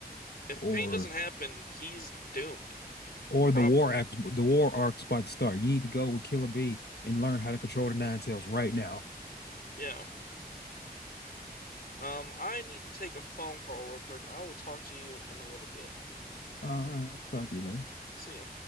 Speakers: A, on the left; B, on the left.
A: If
B: or
A: pain doesn't happen, he's doomed.
B: or
A: Prob
B: the war arc, the war arc spot to start. You need to go with Killer Bee and learn how to control the Ninetales right now.
A: yeah. Um, I need to take a phone call real quick. I will talk to you in a little bit.
B: Uh, all right, I'll talk to you later.
A: See ya.